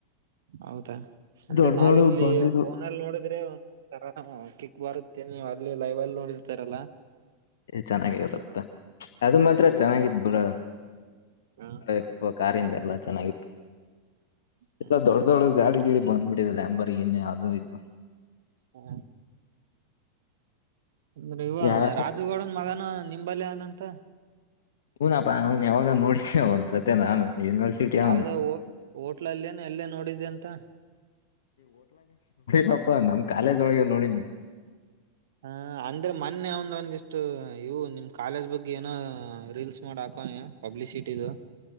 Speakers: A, on the right; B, on the left.
A: ಹೌದಾ ಅಂದ್ರೆ
B: ದೊಡ್ಡದೊಡು
A: ನಾವಿಲ್ಲಿ
B: ಬಂದಿದ್ದು
A: ಫೋನಲ್ಲಿ ನೋಡಿದ್ರೆ ಒಂದ ತರಿ ಬರುತ್ತೆ ನೀವ್ ಅಲ್ಲಿ ಲೈವ್ ಅಲ್ಲಿ ನೋಡಿರ್ತಾರಲ್ಲ
B: ಚೆನ್ನಾಗಿರುತ್ತ ಅದು ಮಾತ್ರ ಚೆನ್ನಾಗಿದ್ ಬುರ
A: ಹ ಹ
B: ಎಕ್ಸ್ಪೋ ಕಾರಿಂದ ಎಲ್ಲ ಚೆನ್ನಾಗಿತ್ತು
A: ಹ್ಮ್
B: ಎಲ್ಲ ದೊಡ್ಡ ದೊಡ್ಡ ಗಾಡಿ ಗಿಡಿ ಬಂದ್ಬಿಟ್ಟಿದೆಲ್ಲ ಅಂಬರ್ ಏನ್ ಯಾವು್ದೋ ಇದು
A: ಹಾ ಅಂದ್ರೆ ಇವ
B: ಯಾರ
A: ರಾಜುಗೌಡನ್ ಮಗನ ನಿಂಬಲ್ನಂತ
B: ಹನಪ್ಪ ಅವನ್ ಯಾವಾಗ ನೋಡ ಒಂದ್ಸತ್ತ ನಾನು ಯೂನಿವರ್ಸಿಟಿ
A: ಯಾವ್ದೋ
B: ಅವನು
A: ಹ ಹೋಟ್ಲಲ್ಲೇಏನ ಎಲ್ಲೇ ನೋಡಿದ್ದೆ ಅಂತ
B: ಪಾಪ್ಪಾ ನಮ ಕಾಲೇಜ್ ಒಳಗ ನೋಡಿನಿ
A: ಹ ಅಂದ್ರೆ ಮೊನ್ನೆ ಒಂದ ಒಂದಿಷ್ಟು ಇವು ನಿಮ್ ಕಾಲೇಜ್ ಬಗ್ಗೆ ಏನೋ ರೀಲ್ಸ್ ಮಾಡಕ್ ಕ ಪಬ್ಲಿಸಿಟ ದ